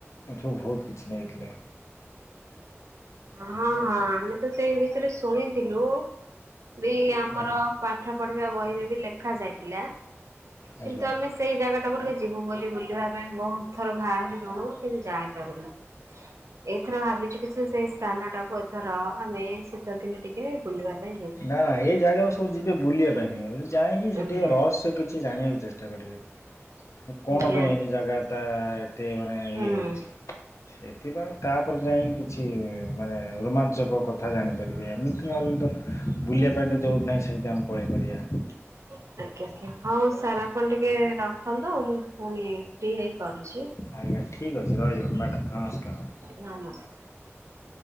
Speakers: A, on the left; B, on the right.
A: ଏଠୁ ବହୁତ କିଛି ନେଇଥିଲେ।
B: ହଁ ହଁ ଆମେ ତ ସେଇ ବିଷୟରେ ଶୁଣିଥିଲୁ ବି ଆମର
A: ଆଜ୍ଞା।
B: କ୍ୱା ପାଠ ପଢିବା ବହିରେ ବି ଲେଖା ଯାଇଥିଲା କିନ୍ତୁ
A: ଆଜ୍ଞା।
B: ଆମେ ଶ୍ ସେଇ ଜାଗା ଟାକୁ ଟିକେ ଯିବୁ ବୋଲି ବୁଲିବା ପାଇଁ ବହୁ ଥର ବାହାରି ଲୁଣୁ କିନ୍ତୁ ଯାଇପାରୁନୁ। ଏଇଥର ଭାବିଛୁ କି ସିଏ ସେଇ ସ୍ଥାନ ଟାକୁ ଏଥର ଆମେ ଶୀତଦିନେ ଟିକେ ବୁଲିବା ପାଇଁ ଯିବୁ।
A: ନା ଏ ଜାଗାକୁ ସବୁ ଯିବେ ବୁଲିବା ପାଇଁ ନହ ଯାଇକି ସେ
B: ଆଜ୍ଞା
A: ଟିକେ ରହସ୍ୟ କି କିଛି ଜାଣିବାକୁ ଚେଷ୍ଟା କରିବେ। କଣ
B: ଆଜ୍ଞା
A: ପାଇଁ ଏନି ଜାଗା ଟା ଏତେ ମାନେ
B: ହୁଁ।
A: ଇଏ ହେଇଚି। ସେଥିପାଇଁ ତାପରେ ଯାଇଁକି କିଛି ମାନେ ରୋମାଞ୍ଚକ କଥା ଜାଣିପାରିବେ। ଏମିତି ନହେଲେ ତ ବୁଲିବା ପାଇଁ ଟା ଯଉଁ ନାହିଁ ସେମ୍ତି ଆମେ ପଳାଇପାରିବା।
B: <inaudible> ଆଜ୍ଞା ଆଜ୍ଞା ହଉ ସାର୍ ଆପଣ ଟିକେ ରଖନ୍ତୁ ମୁଁ ଫୁଣି ଫ୍ରି ହେଇ କରୁଛି।
A: ଆଜ୍ଞା ଠିକ୍ ଅଛି ରହିବ ମ୍ୟାଡ଼ାମ୍ ନମସ୍କାର୍ ମ୍ୟାଡା
B: ନମସ୍।